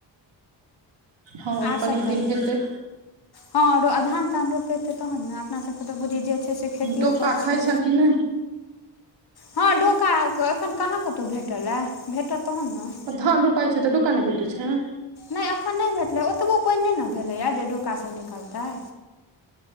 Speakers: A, on the right (about 70°); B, on the left (about 55°).
A: हँ
B: आर
A: कनिक
B: सभ कही
A: दिन हेतै
B: हँ आरो धान तान रोपेते तहन ने अपना सबके तऽ बुझि जे छै से खेतिएपर
A: डोका
B: छै
A: खाय छेए कि नहि
B: हँ डोका एखन कहाँ कतहु भेटलया भेटत तहन न
A: धान रोपाय छै तऽ डोका नहि भेटै छें
B: नय अखन नय भेटलै ओतबो पानि नहि न भेलैए जे डोका सब निकलतै